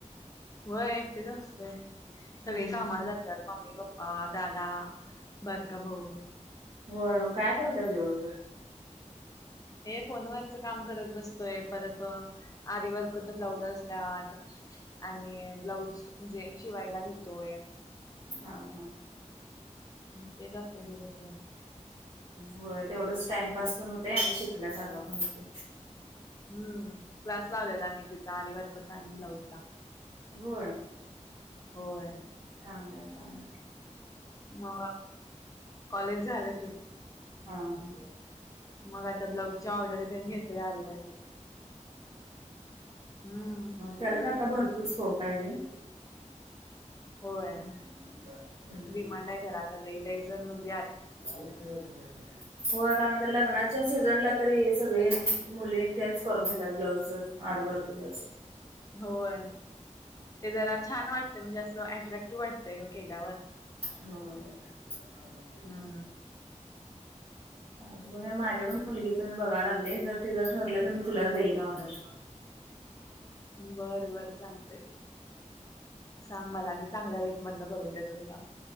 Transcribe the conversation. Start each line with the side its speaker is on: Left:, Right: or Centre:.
Left: होय एकटीच असतय सगळी
Right: हम्म
Left: कामाला जातात मम्मी पप्पा आ दादा बारका भाऊ
Right: होय मग काय करत्या दिवसभर
Left: हे फोनवरच काम करत बसतोय परत आरी वर्कच ब्लाउज असत्यात आणि ब्लाऊज म्हणजे शिवायला घेतोय
Right: हा हा..
Left: तेच असतय दिवसभर
Right: होय तेवढंच टाइमपास पण होतय आणि शिकल्यासारखा पण होतय
Left: हम्म, क्लास लावलेला मी, तिचा अरीवर्कचा आणि ब्लाऊजचा.
Right: होय
Left: होय
Right: चांगलं आहे चांगलंय
Left: मग कॉलेज झालं की
Right: हा हा
Left: मग आता ब्लाउज ऑर्डर तेन घेत वारी वर्तेच्या हम्म
Right: त्यालाच आता भरपूर स्कोप आहे ग हम्म
Left: होय
Right: हम्.
Left: डिमांड आहे घरात <unintelligible>
Right: <unintelligible> होय का ना तर लग्नाच्या सीझनला तरी सगळे मुली तेच करून घेतात ब्लाऊज आरी वर्कच
Left: <inaudible> होय ते जरा छान वाटत म्हणजे असं अट्रॅक्टिव्ह वाटतय ग केल्यावर
Right: हो
Left: हम्म. <inaudible>
Right: ते बघू या माझ्या पण मुलगीचा मी बघायला लागले जर तिज्या ठरले तर मी तुलाच देईन ऑर्डर.
Left: बरं बरं सांगते. सांग मला मी चांगला रेटमधन करून देतो तुला.